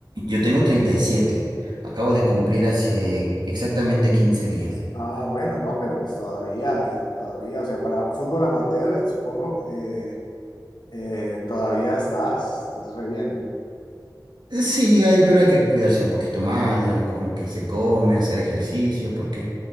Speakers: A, on the right; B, on the left.
A: Yo tengo 37. Acabo de cumplir hace exactamente 15 días.
B: Ah, bueno, no, pero pues todavía, todavía, o sea, para fútbol amateur, supongo, eh, eh, todavía estás, estás re bien.
A: Eh, Sí, hay, pero hay que cuidarse un poquito más ya con lo que se come, hacer ejercicio, porque